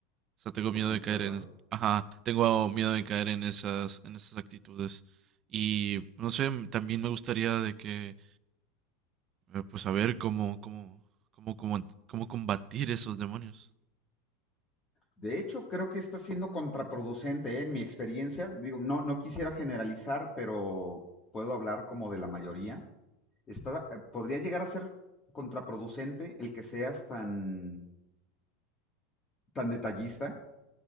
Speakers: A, on the right (about 30°); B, on the left (about 25°).
A: O sea, tengo
B: por
A: miedo
B: conservarlo.
A: de caer en, ajá, tengo miedo de caer en esas, en esas actitudes. Y no sé, m- también me gustaría de que, eh, pues, saber cómo, cómo, cómo, cómo, cómo combatir esos demonios.
B: De hecho, creo que está siendo contraproducente ¿eh? en mi experiencia. Digo, no, no quisiera generalizar, pero puedo hablar como de la mayoría. Está, eh, podría llegar a ser contraproducente el que seas tan, tan detallista